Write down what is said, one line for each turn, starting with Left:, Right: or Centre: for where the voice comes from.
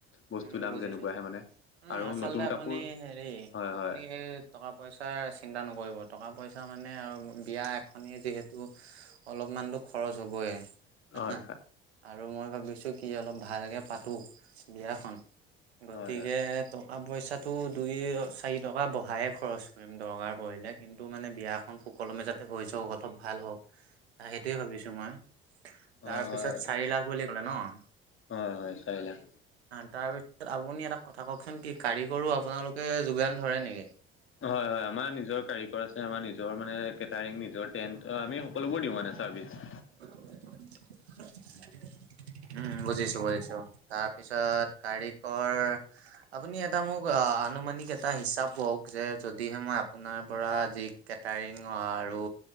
Left: বস্তুৰ
Right: উম,
Left: দাম
Right: বুজিছো
Left: যেনেকুৱাহে মানে
Right: উম,
Left: আৰু
Right: আচলতে
Left: নতুন
Right: আপুনি
Left: কাপোৰ
Right: হেৰী
Left: হয়
Right: আপুনি
Left: হয়
Right: হে টকা -পইচাৰ চিন্তা নকৰিব টকা পইচা মানে আৰু বিয়া এখনে যিহেতু অলপমানতো খৰছ হ'বয় হ
Left: হয়
Right: হা আৰু মই ভাবিছো কি অলপ ভালকে পাতো। বিয়াখন গতিকে
Left: হয়
Right: পইচাটো দুই চাৰি টকা বহাই খৰচ কৰিম দৰকাৰ পৰিলে কিন্তু মানে বিয়া খন সুকলমে যাতে হৈ যাওঁক অলপ ভাল হওঁক। সেইটোৱে ভাবিছো মই
Left: হয়
Right: তাৰ পিছত
Left: হয় হয়
Right: চাৰি লাখ বুলি কলে ন?
Left: হয়, হয়, চাৰি লাখ।
Right: তাৰপিছত আপুনি এটা কথা কওঁকচোন কি কাৰিকৰো আপোনালোকে যোগান ধৰে নেকি?
Left: হয়, হয়, আমাৰ নিজৰ কাৰিকৰ আছে, আমাৰ নিজৰ মানে কেটাৰিং নিজৰ টেণ্ট আমি সকলোবোৰ দিও মানে চাৰ্ভিচ।
Right: <inaudible> উম, বুজিছো বুজিছো, তাৰ পিছত কাৰিকৰ আপুনি এটা মোক আ-আনুমানিক এটা হিচাপ কওক যে যদিহে মই আপোনাৰ পৰা আজি কেটাৰিং আৰু